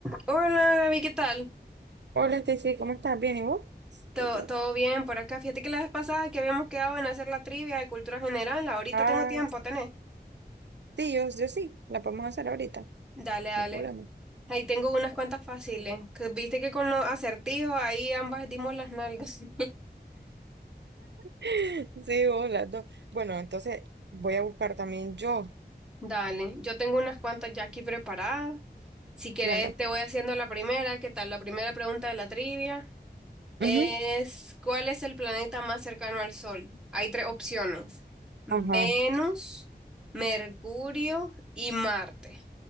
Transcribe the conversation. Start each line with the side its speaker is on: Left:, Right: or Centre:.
Centre: Hola Gaby, ¿qué tal?
Right: Hola, Stacy, ¿cómo estás? ¿Bien? ¿Y vos?
Centre: ¿Todo,
Right: Y yo,
Centre: todo bien por acá? Fíjate que la vez pasada que habíamos quedado en hacer la trivia de cultura general, ahorita
Right: Ah,
Centre: tengo tiempo, ¿tenés?
Right: sí, yo, yo sí, la podemos hacer ahorita, no
Centre: Dale, dale.
Right: hay problema.
Centre: Ahí tengo unas cuantas fáciles. que Viste que con los acertijos ahí ambas dimos las nalgas. <laughs>
Right: <laughs> Sí, vos, las dos. Bueno, entonces voy a buscar también yo.
Centre: Dale, yo tengo unas cuantas ya aquí preparadas. Si querés,
Right: Dale.
Centre: te voy haciendo la primera. ¿Qué tal? La primera pregunta de la trivia. Es,
Right: Ujú.
Centre: ¿cuál es el planeta más cercano al Sol? Hay tres opciones. Venus,
Right: Ajá.
Centre: Mercurio y Marte.